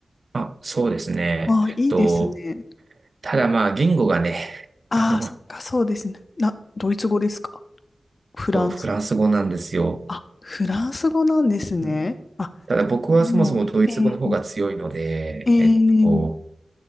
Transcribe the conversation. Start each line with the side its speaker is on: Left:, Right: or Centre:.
Right: あ、そうですね。
Left: ああいいですね。
Right: えっと、ただまあ、言語がね、
Left: ああ、
Right: あの、
Left: そっか、
Right: えっ
Left: そうですね。な、ドイツ語ですかフランス。
Right: とフランス語なんですよ。
Left: あ、フランス語なんですね。
Right: うん
Left: あ、
Right: ただ僕はそもそもドイツ語の方が強いので、
Left: なるほど。ええええ
Right: えっと、